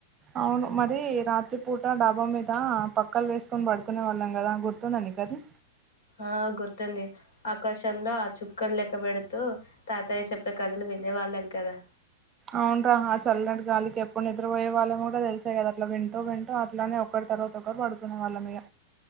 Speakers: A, on the right (about 20°); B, on the left (about 75°).
A: అవును మరి రాత్రి పూట డాబా మీద పక్కలు వేసుకొని పడుకునే వాళ్ళం కదా గుర్తుందా నీకది
B: ఆ గుర్తుంది ఆకాశంలో ఆ చుక్కలు లెక్కబెడుతూ తాతయ్య చెప్పే కథలు వినేవాళ్ళం కదా
A: అవున్రా ఆ చల్లటి గాలికి ఎప్పు ఎప్పుడునిద్ర పోయే వాళ్ళమో కూడా తెలిసే కదా అట్లా వింటూ వింటూ అట్లనే ఒకరి తర్వాత ఒకరు పడుకునే వాళ్ళ మిగ